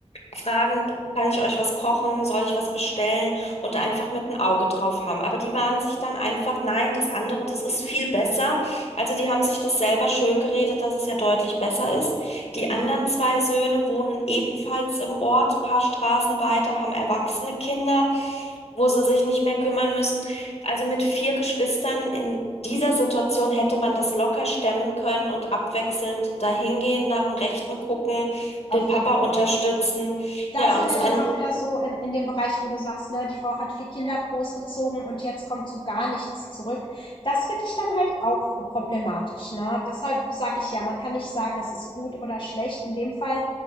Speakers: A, on the left; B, on the left.
A: fragen, kann ich euch was kochen, soll ich was bestellen und einfach mit ein Auge drauf haben. Aber die waren sich dann einfach, nein, das andere, das ist
B: Mhm.
A: viel besser. Also die haben sich das selber schön geredet, dass es ja deutlich besser ist. Die
B: ja,
A: anderen zwei Söhne wohnen ebenfalls im Ort, paar Straßen weiter, haben erwachsene Kinder, wo sie sich nicht mehr kümmern müssen. Also mit vier Geschwistern in dieser Situation hätte man das locker stemmen können und abwechselnd dahingehen, nach dem Rechten gucken,
B: auf
A: den Papa
B: jeden Fall.
A: unterstützen.
B: Da
A: Ja,
B: sind
A: und das
B: wir
A: Ende
B: dann auch wieder so in, in dem Bereich, wo du sagst, ne, die Frau hat vier Kinder großgezogen und jetzt kommt so gar nichts zurück. Das finde ich dann halt auch problematisch, ne? Deshalb sage ich ja, man kann nicht sagen, es ist gut oder schlecht. In dem Fall